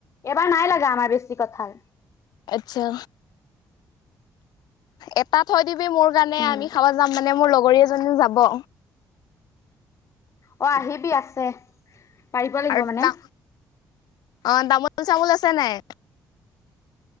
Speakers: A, on the left (about 45°); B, on the left (about 80°).
A: এবাৰ নাই লাগা আমাৰ বেছি কঁঠাল।
B: আচ্ছা। এটা থৈ দিবি মোৰ কাৰণে
A: উম
B: আমি খাব যাম মানে মোৰ লগৰী এজনী যাব।
A: অ আহিবি আছে। পাৰিব লাগিব
B: আৰু
A: মানে
B: তা অ তামোল চামোল আছে নাই?